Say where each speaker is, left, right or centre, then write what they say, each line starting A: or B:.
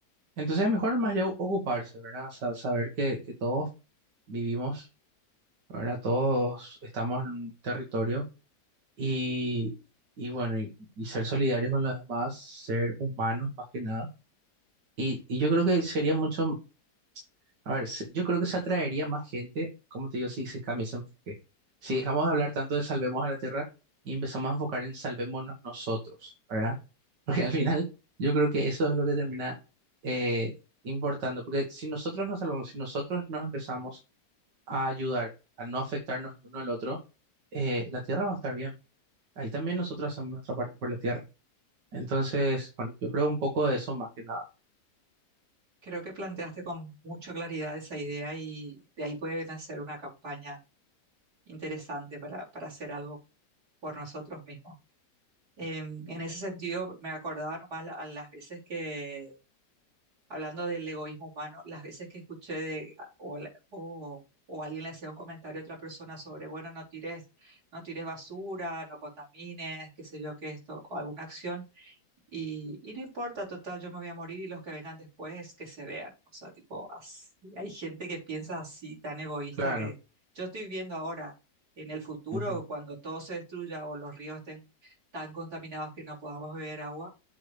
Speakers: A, on the right; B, on the right.
A: Entonces es mejor más ya o- ocuparse, ¿verdad? O sea, saber que, que todos vivimos, ¿verdad? Todos estamos en un territorio y, y bueno, y, y ser solidarios con los demás, ser humanos más que nada. Y, y yo creo que sería mucho, a ver, se- yo creo que se atraería más gente, como te digo, si se cambia ese enfoque. Si dejamos de hablar tanto de salvemos a la tierra y empezamos a enfocar en salvémonos nosotros, ¿verdad? <laughs> Porque al final yo creo que eso es lo que termina eh, importando, porque si nosotros nos salvamos, si nosotros nos empezamos a ayudar, a no afectarnos el uno al otro, eh, la tierra va a estar bien. Ahí también nosotros hacemos nuestra parte por la tierra. Entonces, bueno, yo creo un poco de eso más que nada.
B: creo que planteaste con mucha claridad esa idea y de ahí puede nacer una campaña interesante para, para hacer algo por nosotros mismos. Em, en ese sentido, me acordaba nomás la- a las veces que, hablando del egoísmo humano, las veces que escuché de, o, la- o- o alguien le hacía un comentario a otra persona sobre, bueno, no tires, no tires basura, no contamines, qué sé yo, qué esto, o alguna acción, y, y no importa, total, yo me voy a morir y los que vengan después que se vean. O sea, tipo, así, hay gente que piensa así, tan egoísta,
A: Claro.
B: que yo estoy viendo ahora, en el futuro,
A: ujú.
B: cuando todo se destruya o los ríos estén tan contaminados que no podamos beber agua,